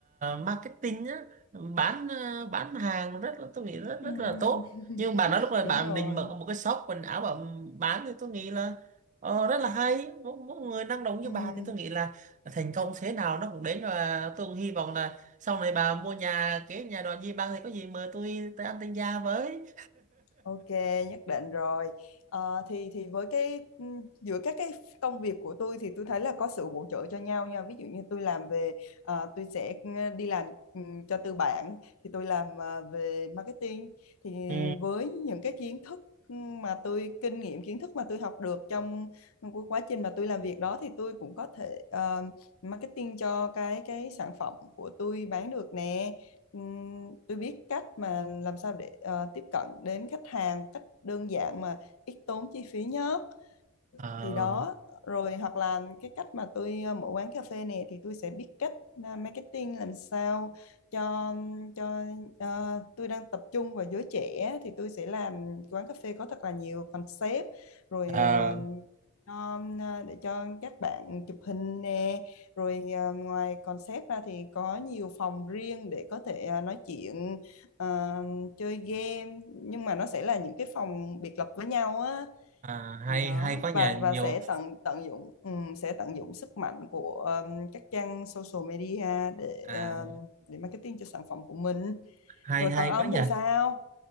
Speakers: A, on the right; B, on the left.
A: marketing á bán à, bán hàng rất là tôi nghĩ rất
B: Ừm,
A: rất là tốt nhưng bà
B: <laughs>
A: nói lúc này
B: đúng
A: bạn
B: rồi
A: định mở một cái shop quần áo bà bán thì tôi nghĩ là ờ, rất là hay một, một người năng động như
B: Ừm.
A: bà thì tôi nghĩ là thành công thế nào nó cũng đến và tôi cũng hy vọng là sau này bà mua nhà cái nhà đoàn gì bang thì có gì mời tôi tới ăn tân gia với
B: Ok, nhất định rồi. Ờ, thì thì với cái ừm, giữa các cái công việc của tôi thì tôi thấy là có sự bổ trợ cho nhau nha. Ví dụ như tôi làm về ờ, tôi sẽ đi làm ừm, cho tư bản thì tôi làm ờ, về marketing thì
A: Ừ.
B: với những cái kiến thức mà tôi kinh nghiệm kiến thức mà tôi học được trong cái quá trình mà tôi làm việc đó thì tôi cũng có thể ờ, marketing cho cái cái sản phẩm của tôi bán được nè Ừm, tôi biết cách mà làm sao để ờ, tiếp cận đến khách hàng cách đơn giản mà ít tốn chi phí nhất
A: Ờ,
B: thì đó rồi hoặc là cái cách mà tôi ờ, mở quán cà phê này thì tôi sẽ biết cách ờ, marketing làm sao cho cho ờ, tôi đang tập trung vào giới trẻ thì tôi sẽ làm quán cà phê có thật là nhiều concept rồi
A: ờ,
B: ờ, um, à, để cho các bạn chụp hình nè rồi à, ngoài concept ra thì có nhiều phòng riêng để có thể à, nói chuyện à, chơi game nhưng mà nó sẽ là những cái phòng biệt lập với nhau á
A: à, hay
B: thì đó
A: hay có nhà
B: và
A: nhiều
B: và sẽ tận tận dụng ừm, sẽ tận dụng sức mạnh của ừm, các trang social media để
A: à,
B: ừm, để marketing cho sản phẩm của mình
A: hay
B: rồi
A: hay
B: còn ông
A: có nhà
B: thì sao